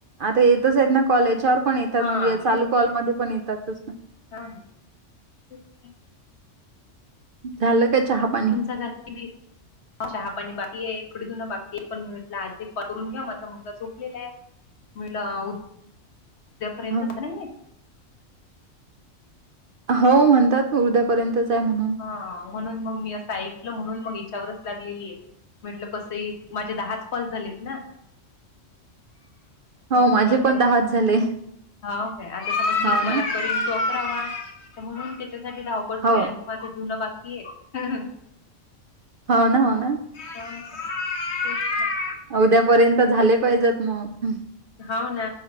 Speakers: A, on the right (about 55°); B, on the left (about 60°).
A: आता येतचं आहेत ना कॉल, याच्यावर पण येतात
B: हा
A: म्हणजे चालू
B: ते
A: कॉल मध्ये पण येतातच ना.
B: हा हा <unintelligible>
A: झालं काय चहा? पाणी
B: तुमचा झाला की नही? चहा पाणी बाकी ये, थोडं धुनं बाकी ये एक पण मि म्हणटला आज एक करून घ्या माझा मुलगा झोपलेला आहे. होय ना उद्या पर्यंतच
A: हो
B: ना हे.
A: हो म्हणतात ना उद्यापर्यंतच आहे म्हणून
B: हा म्हणून मग मी असं ऐकलं म्हणून मग याच्यावरच लागलेली ये. म्हटलं कसंही माझे दहाच कॉल झालेत ना.
A: <inaudible>
B: म्हणून म्हटलं
A: पण
B: मग
A: दहाच झाले.
B: हाव काय आता समज मी
A: हो
B: तुम्हाला
A: ना,
B: करीन, त <inaudible> <unintelligible> म्हणून त्याच्यासाठी धावपळ सुरू
A: हो,
B: आहे, आणखी माझं धुन बाकी आहे.
A: हाव ना, हाव ना.
B: हा तेच तर
A: उद्या पर्यंत झाले पाहिजेत मग
B: हाव ना